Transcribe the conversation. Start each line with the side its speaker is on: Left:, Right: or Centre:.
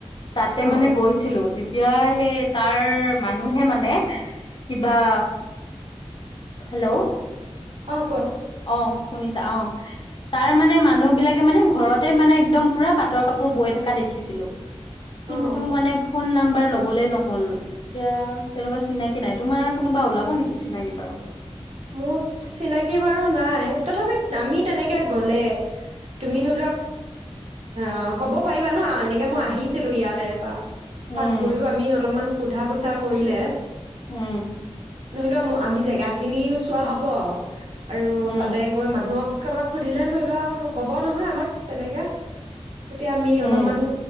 Left: তাতে
Right: অ',
Left: মানে গৈছিলো এতিয়া সেই তাৰ মানুহে মানে কিবা, হেল্ল,
Right: অহ ক
Left: অ শুনিছা, অ তাৰ মানে মানুহ বিলাকে মানে ঘৰত তে মানে একদম পুৰা পাটৰ কাপোৰ বৈ থকা দেখিছিলো কিন্তু
Right: অ', অ'।
Left: মানে ফোন নাম্বাৰ লবলে নহল, এতিয়া তেনেকুৱা চিনাকি নাই, তোমাৰ কোনোবা ওলাব নেকি চিনাকি বাৰু?
Right: মোৰ চিনাকি বাৰু নাই, তথাপি আমি তেনেকৈ গ'লে, তুমি ধৰি লোৱা অ ক'ব পাৰিবা ন এনেকৈ মই আহিছিলো ইয়াতে বা
Left: উম,
Right: তাত গৈও আমি অলপমান সোধা পোছা কৰিলে
Left: উম
Right: ধৰি লোৱা ম আমি জেগা খিনিও চোৱা হ'ব আৰু
Left: উম,
Right: তাতে গৈ মানুহক কাবাক সুধিলে ধৰি লোৱা ক'ব নহয় আমাক তেনেকে তেতিয়া আমি
Left: উম।
Right: অলপমান